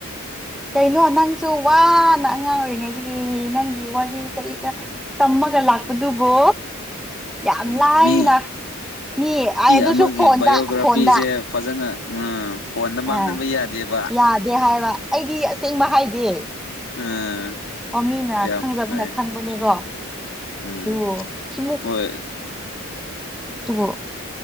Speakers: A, in the centre; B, on the left.
A: ꯀꯩꯅꯣ ꯅꯪꯁꯨ ꯋꯥꯅ ꯑꯉꯥꯡ ꯑꯣꯏꯔꯤꯉꯩꯗꯒꯤ ꯅꯪ ꯒꯤ ꯋꯥꯔꯤ ꯀꯔꯤ ꯀ ꯇꯝꯃꯒ ꯂꯥꯛꯄꯗꯨꯕꯨ ꯌꯥꯝ
B: ꯎꯝ
A: ꯂꯥꯏꯅ
B: ꯃꯤ
A: ꯃꯤ ꯑꯥꯏ ꯑꯗꯨꯁꯨ
B: ꯑꯃꯒꯤ
A: ꯐꯣꯟꯗ
B: ꯕꯥꯏꯑꯣꯒ꯭ꯔꯥꯐꯤꯁꯦ
A: ꯐꯣꯟꯗ
B: ꯐꯖꯅ <unintelligible> ꯃꯥꯡꯍꯟꯕ
A: ꯑ
B: ꯌꯥꯗꯦꯕ
A: ꯌꯥꯗꯦ ꯍꯥꯏꯕ ꯑꯩꯗꯤ ꯑꯁꯦꯡꯕ ꯍꯥꯏꯗꯦ
B: ꯎꯝ
A: ꯑꯣ ꯃꯤꯅ
B: ꯌꯥꯝ
A: ꯈꯪꯖꯕꯅ
B: ꯐꯩ
A: ꯈꯪꯕꯅꯦꯀꯣ
B: ꯎꯝ
A: ꯑꯗꯨ ꯁꯤꯃꯨꯛ
B: ꯍꯣꯏ
A: ꯇꯨꯕꯨ